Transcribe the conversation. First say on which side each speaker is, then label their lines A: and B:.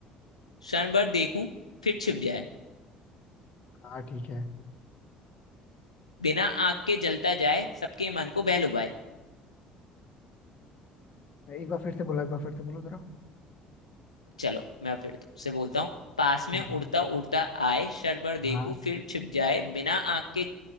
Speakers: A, on the left (about 90°); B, on the left (about 45°).
A: क्षण भर देखूं फिर छिप जाए
B: हाँ ठीक है
A: बिना आग के जलता जाए सबके मन को बह लुभाए
B: एक बार फिर से बोलो एक बार फिर से बोलो जरा
A: चलो मैं फिर तुमसे बोलता हूँ पास में
B: हम्म,
A: उड़ता उड़ता आए क्षण भर
B: हाँ
A: देखूं फिर छिप जाए बिना आग के